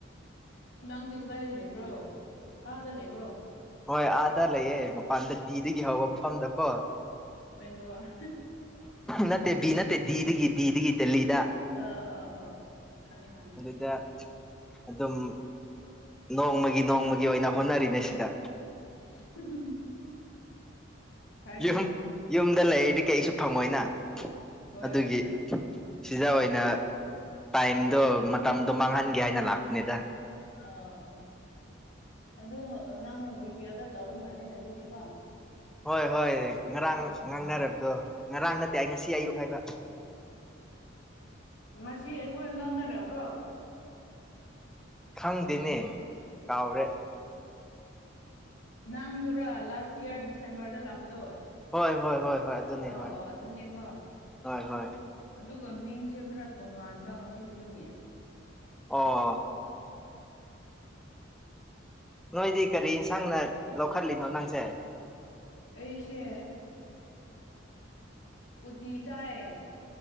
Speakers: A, on the left; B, in the centre.
A: ꯅꯪꯗꯤ ꯀꯗꯥꯏ ꯂꯩꯕ꯭ꯔꯣ ꯑꯥꯗ ꯂꯩꯕ꯭ꯔꯣ꯫
B: ꯍꯣꯏ ꯑꯥꯗꯥ ꯂꯩꯌꯦ ꯃꯄꯥꯟꯗ ꯗꯤꯗꯒꯤ ꯍꯧꯕ ꯃꯐꯝꯗ ꯀꯣ꯫
A: ꯕꯦꯡꯒꯂꯣꯔ꯫
B: ꯅꯠꯇꯦ ꯕꯤ ꯅꯠꯇꯦ ꯗꯤꯗꯒꯤ ꯗꯤꯗꯒꯤ ꯗꯦꯜꯂꯤꯗ꯫
A: ꯑꯣ ꯑꯣ ꯑꯣ ꯈꯪꯉꯦ ꯈꯪꯉꯦ꯫
B: ꯗꯥ꯫ ꯑꯗꯨꯝ꯫ ꯅꯣꯡꯃꯒꯤ ꯅꯣꯡꯃꯒꯤ ꯑꯣꯏꯅ ꯍꯣꯠꯅꯔꯤꯅꯦ ꯁꯤꯗ꯫
A: <unintelligible> ꯍꯥꯏꯅꯦ
B: ꯌꯨꯝ ꯌꯨꯝꯗ ꯂꯩꯔꯤꯗꯤ ꯀꯩꯁꯨ ꯐꯪꯉꯣꯏꯅ꯫
A: ꯍꯣꯏ
B: ꯑꯗꯨꯒꯤ꯫
A: ꯑ
B: ꯁꯤꯗ ꯑꯣꯏꯅ ꯇꯥꯏꯝꯗꯣ ꯃꯇꯝꯗꯣ ꯃꯥꯡꯍꯟꯒꯦ ꯍꯥꯏꯅ ꯂꯥꯛꯄꯅꯤꯗ꯫
A: ꯑ ꯑꯣ ꯑꯗꯨ ꯅꯪ ꯕꯤ ꯄꯤ ꯑꯣꯗ ꯇꯧ ꯃꯥꯜꯂꯦꯅꯦ ꯑꯗꯨꯗꯤꯀꯣ꯫
B: ꯍꯣꯏ ꯍꯣꯏ ꯉꯔꯥꯡ
A: ꯎꯝ
B: ꯉꯥꯡꯅꯔꯕꯗꯣ ꯉꯔꯥꯡ ꯅꯠꯇꯦ ꯑꯩ ꯉꯁꯤ ꯑꯌꯨꯛ ꯍꯥꯏꯕ꯫
A: ꯉꯁꯤ ꯑꯩꯈꯣꯏ ꯉꯥꯡꯅꯗꯕ꯭ꯔꯣ꯫
B: ꯈꯪꯗꯦꯅꯦ ꯀꯥꯎꯔꯦ
A: ꯅꯪꯗꯨꯔꯥ ꯂꯥꯁ ꯌꯌꯥꯔ ꯗꯤꯁꯦꯝꯕꯔꯗ ꯂꯥꯛꯄꯗꯣ
B: ꯍꯣꯏ ꯍꯣꯏ ꯍꯣꯏ ꯍꯣꯏ ꯑꯗꯨꯅꯦ
A: ꯑ ꯑꯣ
B: ꯍꯣꯏ
A: ꯇꯅꯦꯀꯣ
B: ꯍꯣꯏ ꯍꯣꯏ
A: ꯑꯗꯨꯒ ꯃꯤꯡꯁꯦ ꯈꯔ ꯇꯣꯉꯥꯟꯕ ꯉꯁꯤꯗꯨꯒꯤ
B: ꯑꯣ ꯅꯣꯏꯗꯤ ꯀꯔꯤ ꯌꯦꯟꯁꯥꯡꯅ ꯂꯧꯈꯠꯂꯤꯅꯣ ꯅꯪꯁꯦ
A: ꯑꯩꯁꯦ ꯎꯇ ꯆꯥꯏ